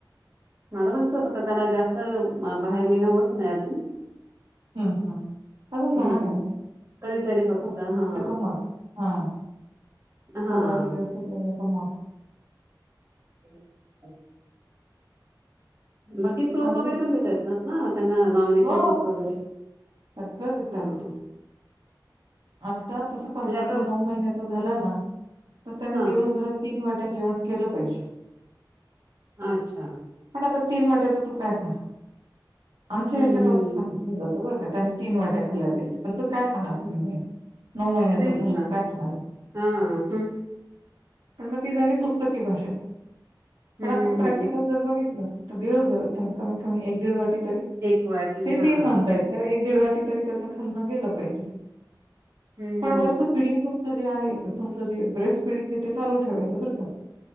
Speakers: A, on the right; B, on the right.
A: माझं पण <unintelligible> बाहेर नाही ना, होत नाही अजून.
B: ह ह अजून
A: हम्म
B: लहान आहे ना
A: कधीतरी फक्त
B: तो, उद्या
A: हा
B: कमवलं. हा.
A: हा
B: चालायला व्यवस्थित लागलं <unintelligible>
A: <inaudible> बाकी सूप
B: अजून
A: वगैरे पण देतात ना? <unintelligible> त्यांना नॉनव्हेजचे
B: हो,
A: सूप वगैरे
B: सगळं देता
A: हां.
B: येतं. आता तस पाहतात
A: म्हणजे आता
B: तो नऊ महिन्याचा झाला ना तर त्याने
A: हां
B: दिवसभरात तीन वाट्या जेवण केलं पाहिजे.
A: अच्छा.
B: पण आता तीन वाट्याचं तो काय खाणार? आमच्या
A: हं,
B: ह्याच्यात
A: हं.
B: असं सांगितलं जा त बरं का? त्याने तीन वाट्या खाल्ल्या पाहिजे परंतु काय खाणार पिल्लू हे? नऊ महिन्याचं
A: तेच
B: मुलगं
A: ना.
B: काय खाणार आहे?
A: हां. हं.
B: पण मग ती झाली पुस्तकी भाषा पण
A: हं,
B: आपण
A: हं,
B: प्रॅक्टिकल
A: हं.
B: जर बघितलं. तर दिवसभरात त्यांनी कमी कमी एक दीड वाटी तरी
A: एक वाटी
B: ते
A: हां.
B: तीन म्हणतायेत तर
A: बरोबर.
B: एक दीड वाटी तरी त्याचं खाणं गेलं पाहिजे.
A: हं, हं,
B: पण वरच
A: हं.
B: फिडिंग तू जे आहे तुमच जे ब्रेस्ट फिडिंग आहे, ते चालू ठेवायचं बरं का?